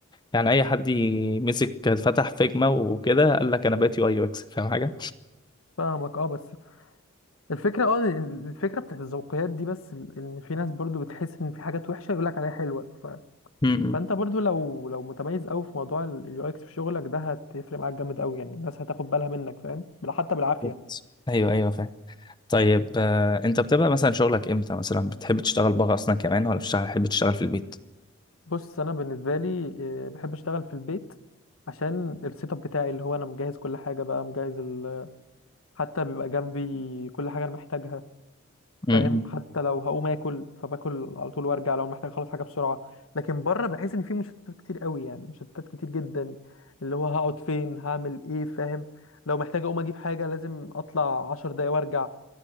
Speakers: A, on the left; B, on the left.
A: يعني اي حد يمسك فتح فيجما وكده قال لك انا بقيت يو اي يو اكس فاهم
B: فاهمك اه بس الفكره اه إن الفكره بتاعت الذوقيات دي بس ال- ان في ناس برضو بتحس ان في حاجات وحشه يقول لك عليها حلوه ف...
A: حاجه
B: فانت برضو لو لو متميز قوي في موضوع اليو اكس في شغلك ده هتفرق معاك جامد قوي يعني الناس هتاخد بالها منك فاهم بل- حتى بالعافيه
A: بالظبط. ايوه ايوه فاهم طيب آه، انت بتبقى مثلا شغلك امتى مثلا بتحب تشتغل بره اصلا كمان ولا بتشتغل- بتحب تشتغل في البيت
B: بص انا بالنسبه لي آه، بحب اشتغل في البيت عشان السيت اب بتاعي اللي هو انا مجهز كل حاجه بقى مجهز ال... <laughs> حتى بيبقى جنبي كل حاجه انا محتاجها
A: امم
B: فاهم حتى لو هقوم اكل فباكل على طول وارجع لو محتاج اخلص حاجه بسرعه لكن بره بحس ان في مشتتات كتير قوي يعني مشتتات كتير جدا اللي هو هقعد فين هعمل ايه فاهم لو محتاج اقوم اجيب حاجه لازم اطلع عشر دقايق وارجع